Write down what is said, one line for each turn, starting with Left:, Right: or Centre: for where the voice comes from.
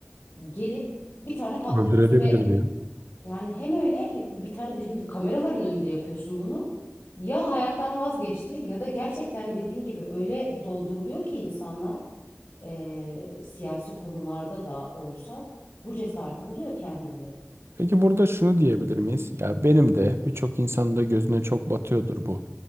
Left: gelip bir tane patlatıyorsun
Right: Öldürebilir
Left: ve
Right: diyor.
Left: yani hem öyle hem bir tane şimdi kameraların önünde yapıyorsun bunu. Ya hayattan vazgeçti ya da gerçekten dediğin gibi öyle dolduruluyor ki insanlar eee, siyasi konularda da olsa bu cesareti buluyor kendinde.
Right: Peki burada şunu diyebilir miyiz? Ya benim de birçok insanın da gözüne çok batıyordur bu.